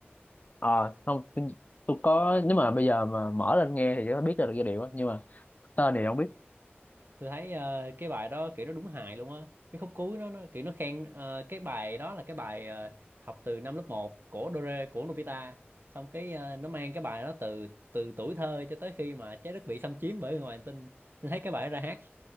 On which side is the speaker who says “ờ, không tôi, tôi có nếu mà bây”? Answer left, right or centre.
Left